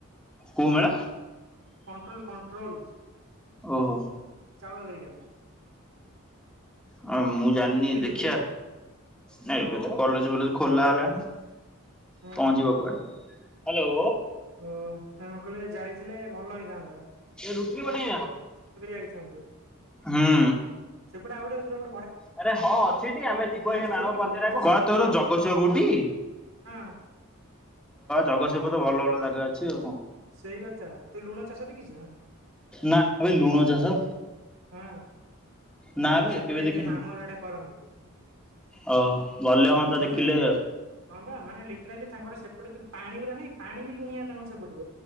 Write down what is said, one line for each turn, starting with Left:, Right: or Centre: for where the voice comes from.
Centre: କୋଉ ମେଳା?
Right: Control control.
Centre: ଓହୋ
Right: ଚାଉଳ ବେରି।
Centre: ହଁ ମୁଁ ଜାଣିନି ଦେଖିବା
Right: ଯିବୁ?
Centre: ନ କଲେଜଫଲେଜ ଖୋଲା ହେଲେ। ହଁ <unintelligible>
Right: ଓ
Centre: ପହଞ୍ଚିବ କୁଆଡେ। ହ୍ୟାଲୋ।
Right: ଓ ଆମେ କହିଲେ ଯାଇଥିଲେ ଭଲ ହେଇ <unintelligible>
Centre: ର ପେଇ
Right: ଆଇଥାନ୍ତୁ।
Centre: <unintelligible> ହୁଁ।
Right: ଆ <unintelligible>
Centre: ଆରେ ହଁ। ଅଛି ଆମେ ଯିବ
Right: ଚାଷ
Centre: ମାଣବ
Right: ଦେଖିଛୁ ଲୁଣ ଚାଷ?
Centre: କ ତୋର। ଜଗତସିଂହପୁରଟି ଅ
Right: ହଁ
Centre: ଜଗତସିଂହପୁର ତ ଭଲ ଭଲ ଜାଗା। ଜଗା ଅଛି ଆଉ କଣ?
Right: ସେଇ କଥା, ତୁ ଲୁଣ ଚାଷ ଦେଖିଛୁ?
Centre: ନା, ଆବେ ଲୁଣ ଚାଷ।
Right: ହଁ
Centre: ନା
Right: ଆମର
Centre: ବେ
Right: ସେପଟେ
Centre: କେବେ
Right: ଏରିଆ
Centre: ଦେଖିନି
Right: ମାମୁଁ ଘର ଆଡେ କରନ୍ତି।
Centre: ଓ ଗଲେ ହଅନ୍ତା
Right: ମାନେ
Centre: ଦେଖିଲେ
Right: ହଁ ବା ମାନେ ଲିଟ୍ରାଲି ତାଙ୍କର ସେପଟେ ଯ ପାଣି ଉରା ନାଇଁ, ପାଣି ବି ଲୁଣିଆ ତାଙ୍କର ସେପଟେ।